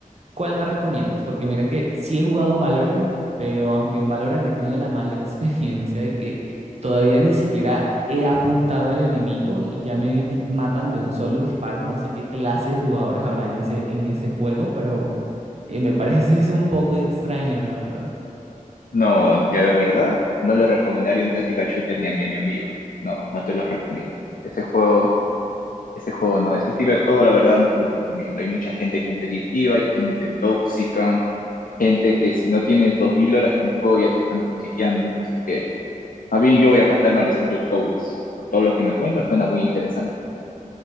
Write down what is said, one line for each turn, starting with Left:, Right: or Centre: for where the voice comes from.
Right: ¿cuál me recomiendas? Porque mira que sí he jugado Valorant, pero aunque en Valorant he tenido la mala <laughs> experiencia de que todavía ni siquiera he apuntado al enemigo y ya me di- matan de un solo disparo. No sé qué clase de jugadores habrá en ese, en ese juego, pero eh, me parece <laughs> eso un poco extraño, la verdad.
Left: No, ya la verdad, no le recomendaría un tactical shooter ni a mi enemigo. No, no te lo recomiendo. Ese juego, ese juego no, ese estilo de juego la verdad no se lo recomiendo. Hay mucha gente competitiva, hay gente tóxica, gente que si no tienes 2000 horas en el juego ya te están toxiqueando. Así que Más bien yo voy a pasarme al estilo Souls. Por todo lo que me cuentas, suena muy interesante.